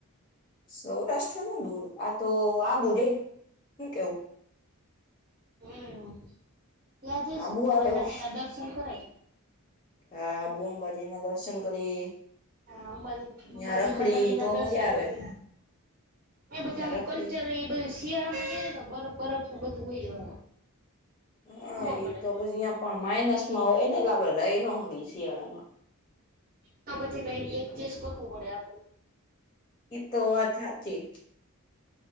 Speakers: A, on the left; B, on the right.
A: સૌરાષ્ટ્ર શું દૂર? આ તો આ જે શું કેવું?
B: હમ, ત્યાં જઈ
A: આબુ
B: શકાય
A: હાલે
B: માતાજી
A: હો
B: ના દર્શન કરવા.
A: હા, બોમબાજી ના દર્શન કરી.
B: હા, અંબાજી
A: ત્યાં
B: અંબાજી
A: રખડી
B: માતાજી ના
A: તો
B: દર્શન
A: મજા આવે
B: કરી. એ બધુંમ
A: ત્યાં રખડી
B: કલ્ચર એ બધ શિયાળા માં ગ ને, બરફ બરફ ને બધું હોય.
A: હા,
B: જોવા મળે
A: એ તો પછી અહિયાં પણ માઇનસ માં હોય ને, એટલે આપડે રહી ન હો શિયાળામાં.
B: તો પછી કઈ એડજસ્ટ કરવું પડે આપડે.
A: એ તો વાત સાચી.